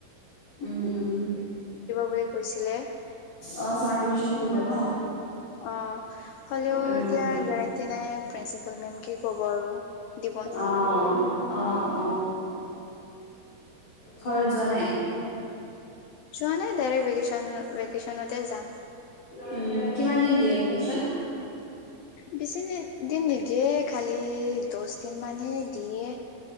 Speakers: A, on the left; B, on the left.
A: উম! উম!
B: বুলি কৈছিলে
A: অ, চামাৰ ভেকেচন ব ন।
B: অ, হলেও
A: উম
B: এতিয়া গেৰেণ্টি নাই প্ৰিঞ্চিপাল মেম কি ক'ব আৰু। দি
A: অ অ অ। ঘৰত যোৱা নাই?
B: চোৱা নাই ডাইৰেক্ট ভেকেচন। ভেকেচনতে যাম
A: উম কিমান দিন দিয়ে ভেকেচন?
B: বিছদিন নিদিয়ে খালি দহ দিন মানহে দিয়ে।